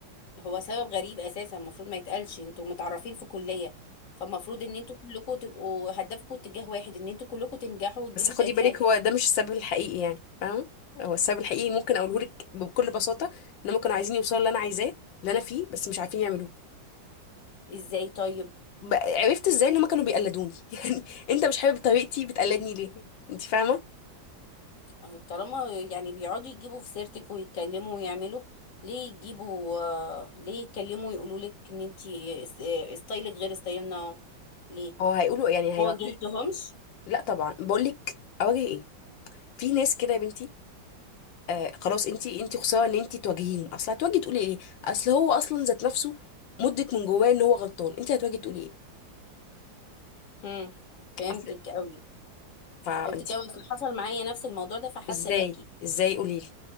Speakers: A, on the left; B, on the left.
A: هو سبب غريب اساسا المفروض ما يتقالش انتوا متعرفين في كليه فالمفروض ان انتوا كلكم تبقوا هدفكم اتجاه واحد ان انتوا كلكم تنجحوا وتجيبوا
B: بس خدي
A: تقديرات
B: بالك هو ده مش السبب الحقيقي يعني فاهم هو السبب الحقيقي ممكن اقوله لك بكل بساطه ان هم كانوا عايزين يوصلوا اللي انا عايزاه اللي انا فيه بس مش عارفين يعملوه
A: ازاي طيب
B: ب- عرفت ازاي ان هم كانوا بيقلدوني <laughs> يعني انت مش حابب طريقتي بتقلدني ليه انت فاهمه
A: أهو طالما يعني بيقعدوا يجيبوا في سيرتك ويتكلموا ويعملوا ليه يجيبوا آه، ليه يتكلموا ويقولوا لك ان انتي اس- آه، ستايلك غير ستايلنا ليه
B: هو هيقولوا يعني
A: ما
B: هيقعدوا
A: واجهتهمش
B: لا طبعا بقول لك اواجه ايه في ناس كده يا بنتي آه خلاص انت انت خساره ان انت تواجهيهم اصل هتواجهي تقولي ايه اصل هو اصلا ذات نفسه مدرك من جواه ان هو غلطان انت هتواجهي تقولي ايه
A: هم فهمتك
B: اصل
A: قوي
B: فانت
A: فهمتك قوي اصل حصل معايا نفس الموضوع ده فحاسه
B: ازاي
A: بيكي
B: ازاي قولي لي